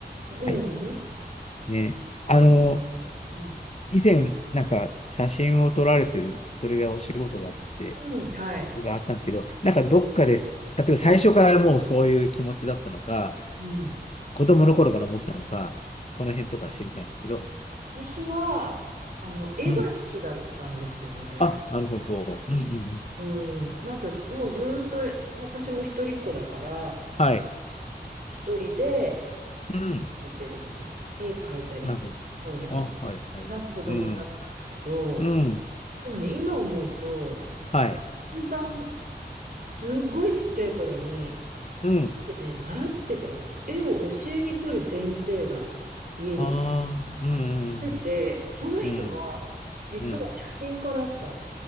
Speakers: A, on the right; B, on the left.
A: うん。
B: た。はい。ね。あの、
A: うん。
B: 以前、なんか写真を撮られてる、それがお仕事だって、
A: うん。はい。
B: があったんですけど、なんかどっかです。例えば最初からもうそういう気持ちだったのか、
A: うん。
B: 子供の頃から思ってたのか、その辺とか知りたいんですけど。
A: 私は、あの、絵が好きだったんですよね。
B: うん。あ、なるほど。
A: 子供の時うん。
B: うんうんうん。
A: なんかもうずーっと、私も一人っ子だから、
B: はい。
A: 一人で
B: うん。
A: 描いてるみたいな。絵描いたり、
B: なるほど。
A: 本読んだ
B: あ、はいはい。
A: り。な子供だったんだけど、
B: うん。うん。
A: でもね、今思うと、
B: はい。
A: 一番、すごいちっちゃい頃に、
B: うん。
A: こうね、習ってたの。絵を教えに来る先生が家に
B: ああ、うんうん
A: でて、その人が実は写真家だった。
B: うん。うん。うん。